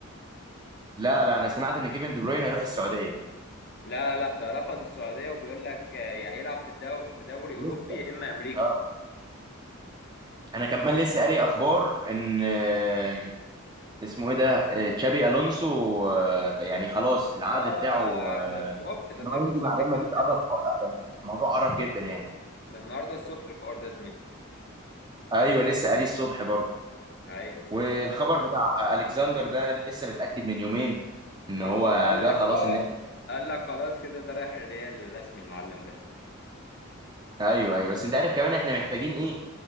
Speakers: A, on the right (about 20°); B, on the left (about 50°).
A: لا لا انا سمعت ان كيفن دي بروين هيروح السعوديه
B: لا لا ده رفض السعودية وبيقول لك آه، يا هيلعب في الدو... في دوري أوروبي
A: لسه
B: يا إما أمريكي
A: اه انا كمان لسه قاري اخبار ان آه، اسمه ايه ده آه، تشابي الونسو آه، يعني خلاص العقد
B: اه
A: بتاعه
B: ده
A: آه،
B: ده الصبح ده
A: ان
B: النهارده
A: هو يمضي
B: الصبح
A: مع ريال
B: الكلام
A: مدريد
B: ده
A: قرب يعني الموضوع قرب جدا يعني
B: ده النهارده الصبح الحوار ده يا زميلي
A: ايوه لسه قاريه الصبح برضه
B: اي
A: والخبر بتاع الكسندر ده لسه متاكد من يومين ان
B: هو
A: هو
B: قال لك
A: جه خلاص
B: اه
A: النادي
B: قال لك خلاص كده ده رايح الريال الرسمي المعلم ده
A: ايوه ايوه بس انت عارف كمان احنا محتاجين ايه